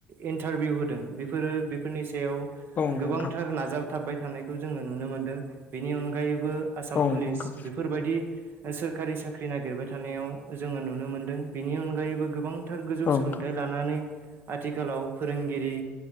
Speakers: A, on the right; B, on the left.
A: इन्टारभिउ होदों बेफोरो बेफोरनि सायाव
B: औ नंगौ
A: गोबांथार
B: नोंथां
A: नाजाबाथाबबाय थानायखौ जोङो नुनो मोनदों बेनि अनगायैबो आसाम
B: औ नंगौ
A: पुलिस बेफोरबायदि सोरखारि साख्रि फै नागिरबाय थानायाव जोङो नुनो मोनदों बेनि अनगायैबो गोबां गोथार गोजौ
B: नोंथां
A: सोलोंथाइ लानानै आथिखालाव फोरोंगिरि